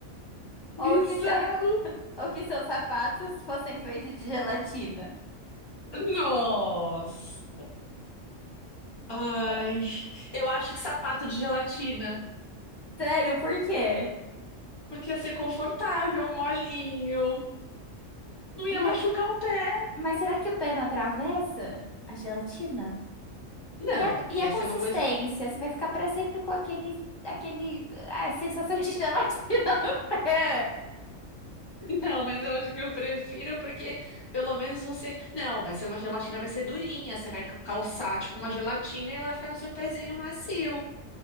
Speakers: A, on the left; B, on the left.
A: ou,
B: Bizarro.
A: que seu, <laughs> ou que seus sapatos fossem feitos de gelatina?
B: Nossa. Ai, eu acho que sapato de gelatina.
A: Sério, por quê?
B: Porque ia ser confortável, molinho. Não ia
A: Mas,
B: machucar o pé.
A: mas será que o pé não atravessa a gelatina?
B: Não,
A: E a, e
B: ia
A: a consistência?
B: ser uma coisa.
A: Você vai ficar para sempre com aquele, aquele, a sensação de gelatina <laughs> no pé.
B: Não, mas eu acho que eu prefiro porque pelo menos você. Não, vai ser uma gelatina, vai ser durinha. Você vai ca- calçar tipo uma gelatina e ela vai ficar no seu pezinho macio.